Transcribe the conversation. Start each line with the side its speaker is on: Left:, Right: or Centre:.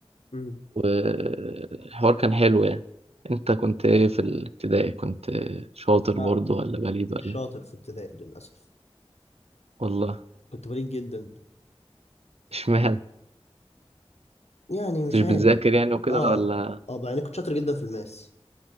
Left: امم
Right: والحوار كان حلو يعني انت كنت ايه في الابتدائي كنت شاطر
Left: لا
Right: برضه ولا بليد ولا
Left: مش شاطر
Right: إيه؟
Left: في ابتدائي للاسف
Right: والله
Left: كنت بليد جدا
Right: <laughs> اشمعنى
Left: يعني مش
Right: كنتش
Left: عارف
Right: بتذاكر يعني وكده
Left: اه
Right: ولا
Left: اه اه بقى يعني كنت شاطر جدا في الماس